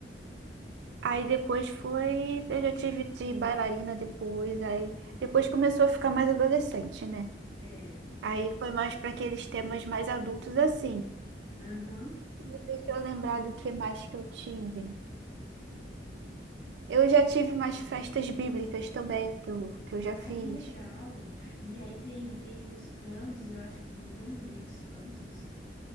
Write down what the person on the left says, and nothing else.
É.
Aham.
Ai,
que legal. E aí tem, tem os cantos, eu acho tão bonitos os cantos.